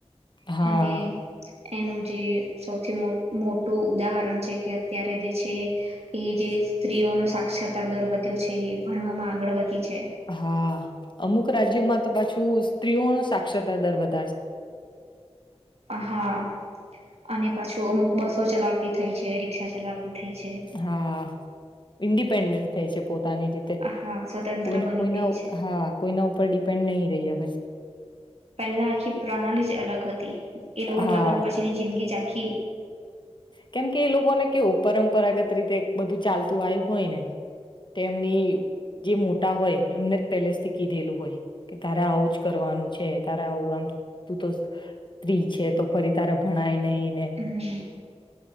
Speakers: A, on the left; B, on the right.
A: હા
B: અને એનું જે સૌથી મો મોટું. ઉદાહરણ છે કે અત્યારે જે છે એ જે સ્ત્રીઓનો સાક્ષરતા દર વધ્યો છે એ ભણવામાં આગળ વધી છે.
A: હા અમુક રાજ્યોમાં તો પાછું. સ્ત્રીઓ નો સાક્ષરતા દર વધ
B: હા અને <unintelligible> અમુક બસો ચલાવતી થઈ છે રિક્ષા ચલાવતી. થઈ છે.
A: હા. ઈન્ડિપેન્ડન્ટ થાઈ છે. પોતાની રીતે
B: હા સ્વતંત્ર
A: કોઈ
B: બની
A: કોઈના
B: ગઈ છે.
A: હા કોઈના ઉપર ડિપેન્ડ નહી રહી હવે.
B: પહેલા આખી પ્રણાલી જ અલગ. <inaudible> એ લોકો ને
A: હા
B: લગન પછી ની જિંદગી એ.
A: કેમ કે એ લોકોને કેવું પરંપરાગત રીતે એક બધું ચાલતું આવ્યું હોય ને તો એમની જે મોટા હોય એમને જ પેલેસ થી કીધેલું હોય કે તારે આવું જ કરવાનું. છે તારા આવું તું તો સ્ત્રી છે તો ફરી તારે ભણાય નઈને.
B: હમ